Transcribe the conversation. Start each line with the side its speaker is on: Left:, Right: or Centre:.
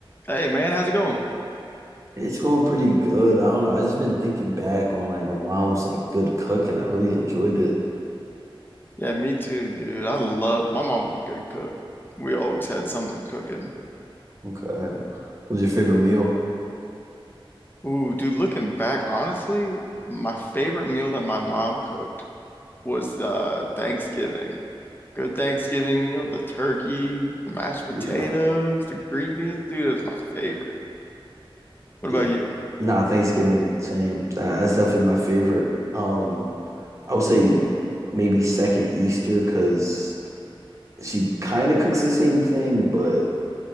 Left: Hey man, how's it going?
Right: It's going pretty good. I don't know. I just been thinking back on like my mom's like good cook and I really enjoyed it.
Left: Yeah, me too, dude. I love my mom's a good cook. We always had something cooking.
Right: Okay. What was your favorite meal?
Left: Ooh, dude, looking back, honestly, my favorite meal that my mom cooked was uh Thanksgiving. Good Thanksgiving meal, the turkey, the mashed potatoes,
Right: Yeah.
Left: the green beans, dude, it was my favorite. What
Right: Yeah.
Left: about you?
Right: Nah, Thanksgiving, same. Nah, That's definitely my favorite. Um, I would say maybe second Easter because she kind of cooks the same thing, but